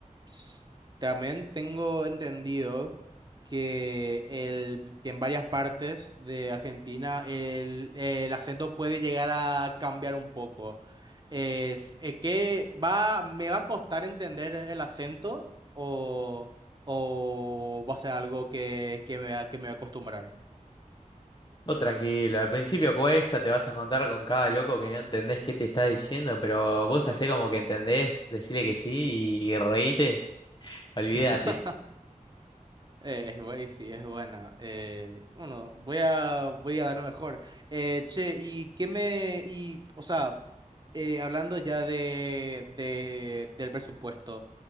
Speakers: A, on the right; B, on the left.
A: s- también tengo entendido que, el, que en varias partes de Argentina el, el acento puede llegar a cambiar un poco. Es, eh, que va, me va a costar entender el acento o, o va a ser algo que, que me, va- que me voy a acostumbrar.
B: Vos tranquilo, al principio cuesta, te vas a encontrar con cada loco que no entendés qué te está diciendo, pero vos hacés como que entendés, decirle que sí y reíte, olvídate.
A: <laughs> Eh, es bu- sí, es buena. Eh, bueno, voy a, voy a dar lo mejor. Eh, che, ¿y qué me... Y, o sea, eh, hablando ya de, de, del presupuesto,